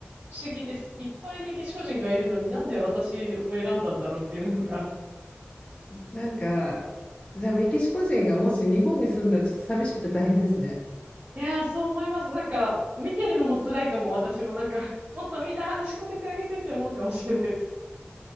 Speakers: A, on the right (about 45°); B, on the left (about 25°).
A: 思議です。いっぱいメキシコ人がいるのになんで私を選んだんだろうっていうのが。
B: なんか、じゃあメキシコ人がもし日本に住んだらちょっと寂しくて大変ですね。
A: いやー、そう思います。なんか、見てるのも辛いかも、私もなんか、もっとみんな話しかけてあげてって思うかもしれないです。